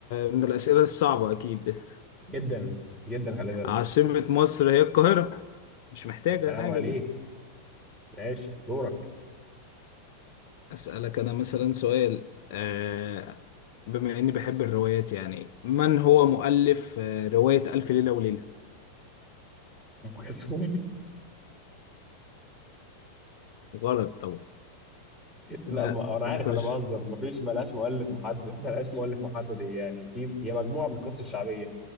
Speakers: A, on the left; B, in the centre.
A: من الأسئلة الصعبة أكيد ده
B: جدا جدا خلي بالك
A: عاصمة مصر هي القاهرة مش محتاجة
B: يا سلام
A: حاجة
B: عليك
A: دي
B: ماشي دورك
A: أسألك أنا مثلا سؤال آه بما إني بحب الروايات يعني من هو مؤلف آه، رواية ألف ليلة وليلة؟
B: ام كلثوم
A: غلط طبعا
B: لا
A: لا
B: ما انا عارف
A: أم كلثوم
B: انا بهزر مفيش ملهاش مؤلف محدد ملهاش مؤلف محدد هي يعني في هي مجموعه من القصص الشعبيه